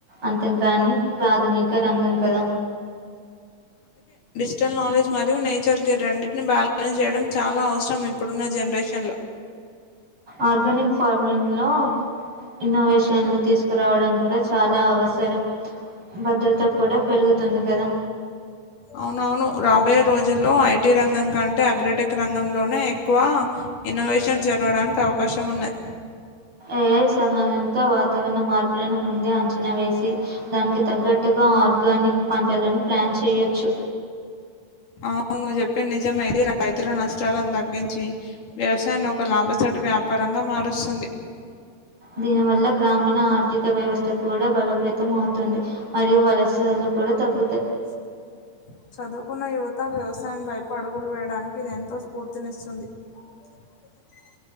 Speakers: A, on the right; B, on the left.
A: అంతంకానీ ప్రాథమిక రంగం కదా
B: జనరల్ నాలెడ్జ్ మరియు నేచర్ కి రెండింటిని బ్యాలెన్స్ చేయడం చాలా అవసరం ఇప్పుడున్న జనరేషన్ లో నో సౌండ్
A: ఆర్గానిక్ ఫార్మర్ లో ఇన్నోవేషన్లు తీసుకురావడం కూడా చాలా అవసరం భద్రత కూడా పెరుగుతుంది కదా
B: అవునవును రాబోయే రోజుల్లో ఐటి రంగం కంటే అగ్రటెక్ రంగంలోనే ఎక్కువ ఇన్నోవేషన్ జరగడానికి అవకాశం ఉన్నది
A: ఏఐ సహాయంతో వాతావరణ మార్పులను ముందే అంచనా వేసి దానికి తగ్గట్టుగా ఆర్గానిక్ పంటలను ప్లాన్ చేయొచ్చు
B: అవును నువ్వు చెప్పింది నిజమే ఇది రైతుల నష్టాలను తగ్గించి వ్యవసాయాన్ని ఒక లాభసాటి వ్యాపారంగా మారుస్తుంది
A: దీని వల్ల గ్రామీణ ఆర్థిక వ్యవస్థ కూడా బలోపేతం అవుతుంది మరియు వలసలు కూడా తగ్గుతాయి
B: వ్యవసాయంలోన చదువుకున్న యువత వ్యవసాయంపైపు అడుగులు వేయడానికి ఇది ఎంతో స్ఫూర్తినిస్తుంది చదువుకున్న యువత వ్యవసాయంలో